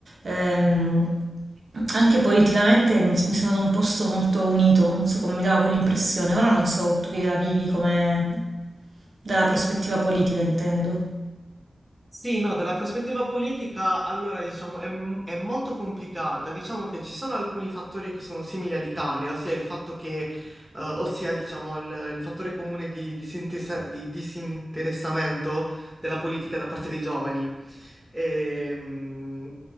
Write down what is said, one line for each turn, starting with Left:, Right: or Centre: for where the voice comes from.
Right: Ehm, anche politicamente mi, mi sembra un posto molto unito, non so come mi dava quell'impressione. Ora non so tu che la vivi come dalla prospettiva politica, intendo.
Centre: Sì, no, dalla prospettiva politica, allora diciamo è, è molto complicata. Diciamo che ci sono alcuni fattori che sono simili all'Italia, ossia il fatto che, eh, ossia diciamo il, il fattore comune di, di sintesa- di disinteressamento della politica da parte dei giovani. Ehm,